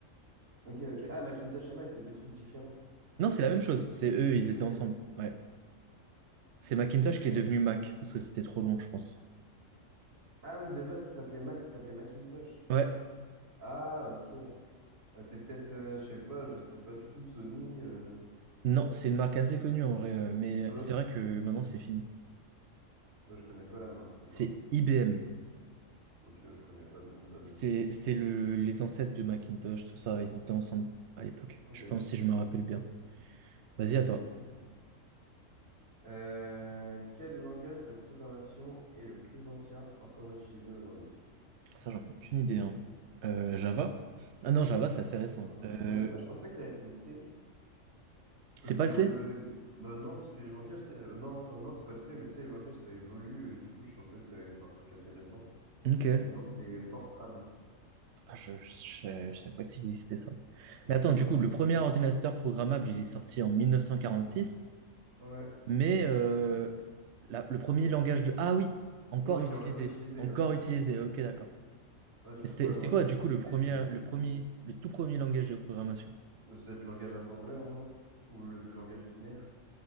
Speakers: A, on the right (about 80°); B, on the right (about 65°).
A: Ok, ok. Ah, Macintosh et Mac, c'est deux trucs différents.
B: Non, c'est la même chose. C'est eux, ils étaient
A: Ok,
B: ensemble. Ouais. C'est Macintosh
A: ok.
B: qui est devenu Mac parce que c'était trop long, je pense.
A: Ah oui, de base, ça s'appelait Mac, ça s'appelait Macintosh.
B: Ouais.
A: Ah, ok. Ah, C'est peut-être, euh, je sais pas, je sais pas du tout, Sony, euh,
B: Non, c'est une marque assez connue en vrai, euh, mais
A: Xbox.
B: c'est vrai que maintenant c'est fini.
A: Euh, je connais pas la marque, c'est
B: C'est
A: quoi?
B: IBM.
A: Ok, je connais pas, même pas de
B: C'était
A: nom.
B: c'était le les ancêtres de Macintosh, tout ça. Ils étaient ensemble à l'époque.
A: Ok,
B: Je pense si je me rappelle bien. Vas-y à toi.
A: ok, ok. Euh, quel langage de programmation est le plus ancien encore utilisé aujourd'hui?
B: Ça, j'en ai aucune idée. hein. Euh, Java? Ah non, Java, c'est assez récent.
A: Euh,
B: Euh,
A: moi, moi, je pensais que ça allait être le C, Parce
B: c'est pas
A: que
B: le
A: le,
B: C?
A: le- bah non, parce que le langage, t'sais, euh, non, enfin non, c'est pas le C, mais tu sais, le langage ça évolue, et du coup je pensais que ça allait être un truc assez récent.
B: Ok.
A: Mais non, c'est Fortran.
B: Ah, je, je, je savais pas que ça existait ça.
A: J'ai
B: Mais attends,
A: jamais
B: du
A: entendu
B: coup, le
A: parler.
B: premier ordinateur programmable, il est sorti en 1946,
A: Ouais.
B: mais euh, la- le premier langage de... Ah oui, encore
A: Non, qui
B: utilisé,
A: est encore utilisé,
B: encore
A: ouais.
B: utilisé, ok, d'accord.
A: Ouais, c'est pour
B: Mais C'était
A: ça,
B: c'était
A: moi
B: quoi,
A: j'ai
B: du
A: cru
B: coup,
A: que
B: le
A: c'était
B: premier,
A: c'était
B: le
A: C.
B: premier, le tout premier langage de programmation?
A: Ou c'est le langage assembleur, non? Ou le, le langage binaire?